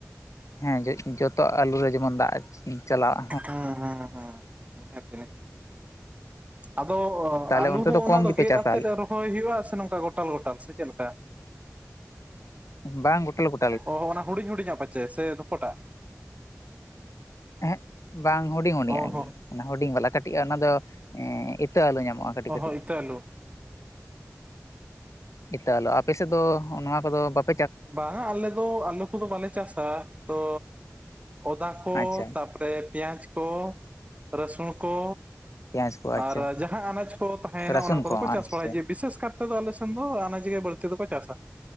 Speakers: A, on the left; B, on the right.
A: ᱦᱮᱸ ᱡᱚ ᱡᱚᱡ ᱡᱚᱛᱚ ᱟᱞᱩ ᱨᱮ ᱡᱮᱢᱚᱱ ᱫᱟᱜ ᱪᱟᱞᱟᱣᱼᱟ
B: ᱦᱸ ᱦᱮᱸ ᱦᱮᱸ ᱛ ᱟᱫᱚ
A: ᱛᱟᱦᱚᱞᱮ
B: ᱟᱞᱩ
A: ᱚᱱᱛᱮ
B: ᱫᱚ
A: ᱠᱚᱢ
B: ᱚᱱᱟ ᱫᱚ
A: ᱜᱮᱯᱮ
B: ᱜᱮᱫ
A: ᱪᱟᱥᱟ
B: ᱟᱛᱮᱫ ᱦᱳᱭ ᱦᱩᱭᱩᱜᱼᱟ ᱥᱮ ᱱᱚᱝᱠᱟ ᱜᱚᱴᱟᱞ ᱜᱚᱴᱟᱞ ᱥᱮ ᱪᱮᱫᱠᱟ?
A: ᱵ ᱵᱟᱝᱟᱝ ᱜᱴᱟᱞ ᱠᱚᱩ
B: ᱚ ᱚᱱᱟ ᱦᱩᱰᱤᱧ ᱦᱩᱰᱤᱧᱟᱜ ᱯᱟᱪᱷᱮ ᱥᱮ ᱫᱩᱯᱴᱟᱜ
A: ᱦᱮᱸ ᱵᱟᱝ ᱦᱩᱰᱤᱧ ᱦᱩᱰᱤᱧᱟᱜ
B: ᱚ ᱦᱚᱸ
A: ᱜᱮ ᱦᱩᱰᱤᱧ ᱵᱟᱞᱟ ᱠᱟᱹᱴᱤᱡ ᱚᱱᱟ ᱫᱚ ᱮ ᱤᱛᱟᱹ ᱟᱞᱚ ᱧᱟᱢᱚᱜᱼᱟ ᱠᱟᱹᱴᱤᱡ
B: ᱚ
A: ᱠᱟᱹᱴᱤᱡ
B: ᱦᱚᱸ ᱤᱛᱟᱹ ᱟᱹᱞᱩ
A: ᱮᱤᱛᱞᱚᱜ ᱟᱯᱮ ᱥᱮᱫ ᱫᱚ ᱱᱚᱣᱟ ᱠᱚᱫᱚ ᱵᱟᱯ?
B: ᱵᱟᱝ ᱟᱞᱮ ᱫᱚ ᱟᱞᱮ ᱠᱚᱫᱚ ᱵᱟᱞᱮ ᱪᱟᱥᱟ ᱛᱚ ᱚᱫᱟ ᱠᱚ
A: ᱟᱪᱪᱷᱟ
B: ᱛᱟᱨᱯᱚᱨᱮ ᱯᱮᱸᱭᱟᱡᱽ ᱠᱚ ᱨᱟᱹᱥᱩᱱ ᱠᱚ
A: ᱯᱮᱸᱭᱟᱡᱽ ᱠᱚ ᱟᱪᱪᱷᱟ
B: ᱟᱨ ᱡᱟᱦᱟᱸ ᱟᱱᱟᱡ ᱠᱚ ᱛᱟᱦᱮᱱᱟ ᱮᱱᱟ
A: ᱨᱟᱹᱥᱩᱱ
B: ᱚᱱᱟ ᱠᱚᱫᱚ ᱠᱚ ᱪᱟᱥ
A: ᱟᱪᱪᱷᱟ
B: ᱵᱟᱲᱟᱭᱟ ᱡᱮ ᱵᱤᱥᱮᱥ ᱠᱟᱨᱛᱮ ᱫᱚ ᱟᱞᱮᱥᱮᱱ ᱫᱚ ᱟᱱᱟᱡᱽ ᱜᱮ ᱵᱟᱹᱲᱛᱤ ᱫᱚ ᱠᱚ ᱪᱟᱥᱟ